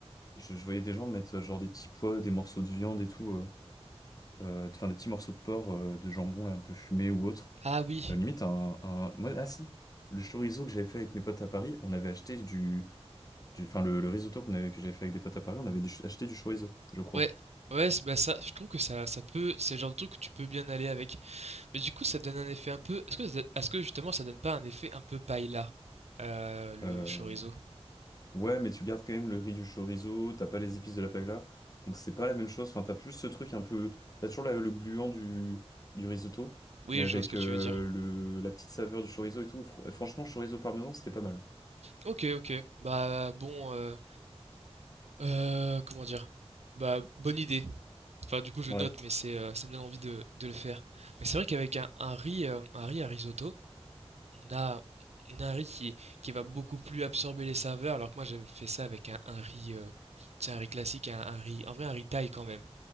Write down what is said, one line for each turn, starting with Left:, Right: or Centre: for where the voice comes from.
Left: je, je voyais des gens mettre euh, genre des petits pois, des morceaux de viande et tout, euh, euh, enfin des petits morceaux de porc, euh, de jambon là, un peu fumé ou autre,
Right: Ah oui.
Left: Euh, limite, un, un- moi- ah si, le chorizo que j'avais fait avec mes potes à Paris, on avait acheté du... du... Enfin, le, le risotto qu'on avait, que j'avais fait avec des potes à Paris, on avait du- acheté du chorizo, je crois.
Right: Ouais. Ouais, c'est- bah ça, je trouve que ça, ça peut, c'est le genre de truc que tu peux bien aller avec. Mais du coup, ça donne un effet un peu. Est-ce que, ça- est-ce que justement, ça donne pas un effet un peu paella, euh, le
Left: Euh,
Right: chorizo?
Left: Ouais, mais tu gardes quand même le riz du chorizo, t'as pas les épices de la paella, donc c'est pas la même chose. Enfin, t'as plus ce truc un peu... T'as toujours la- le gluant du, du risotto,
Right: Oui,
Left: mais
Right: je
Left: avec
Right: vois ce que
Left: euh,
Right: tu veux dire.
Left: le... la petite saveur du chorizo et tout. Fr- Franchement, chorizo parmesan, c'était pas mal.
Right: Ok, ok. Bah bon, euh, euh, comment dire? Bah bonne idée. Enfin du coup je
Left: Ouais,
Right: note, mais c'est euh, ça me donne envie de, de le faire. Mais c'est vrai qu'avec un, un riz, euh, un riz à risotto, on a on a un riz qui qui va beaucoup plus absorber les saveurs, alors que moi j'avais fait ça avec un, un riz, euh, c'est un riz classique, un, un riz, en vrai un riz thaï quand même.